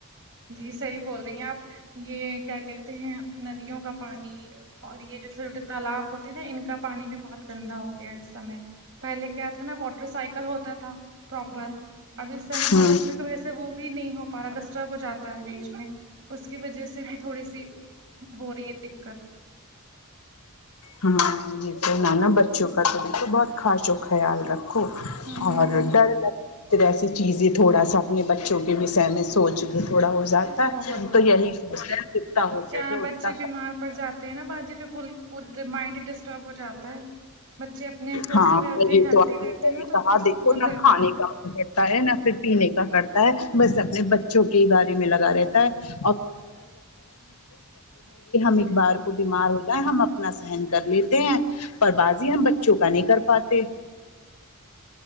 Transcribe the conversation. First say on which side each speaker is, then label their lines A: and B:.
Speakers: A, on the right; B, on the left.
A: جی صحیح بول رہی ہیں آپ یہ کیا کہتے ہیں ندیوں کا پانی اور یہ جو چھوٹے تالاب ہوتا نا ان کا پانی بھی بہت گندا ہو گیا اس سمے پہلے کیا تھا نا واٹر سائیکل ہوتا تھا پرپر ابھی اس سے
B: ہوں
A: پالوشن ویسے وہ بھی نہیں ہو پا رہا ڈسٹرب ہو جاتا ہے بیچ میں اس کی وجہ سے بھی تھوڑی سی ہو رہی ہے دقت
B: ہاں یہ تو ن نا بچوں کا تو بھی تو بہت خاص و خیال رکھ و
A: ہوں
B: اور ڈر لگ ایسی چیزیں تھوڑا سا اپنے بچوں کے بھی سے میں سوچ کے تھوڑا ہو جاتا
A: بہت
B: ہے
A: بہت
B: تو یہی سوچتا اتنا ہو
A: کیا
B: سکے اتنا
A: بچے بیمار
B: کا
A: پڑ جاتے ہیں نا بازی پورے دن مائنڈ ہی ڈسٹرب ہو جاتا ہے بچے اپنے سوستھ
B: ہاں
A: رہتے
B: یہ
A: ہیں ہیلدی
B: تو آپ نے
A: رہتے
B: صحیح
A: نا تو
B: کہا
A: پھر
B: دیکھو
A: سکون
B: نہ
A: رہتا
B: کھانے
A: ہے
B: کا من کرتا ہے نہ پھر پینے کا کرتا ہے بس اپنے بچوں کی ہی گاڑ میں لگا رہتا ہے <inaudible> اپنا سہن کر لیتے ہیں پر بازی ہم بچوں کا نہیں کر پاتے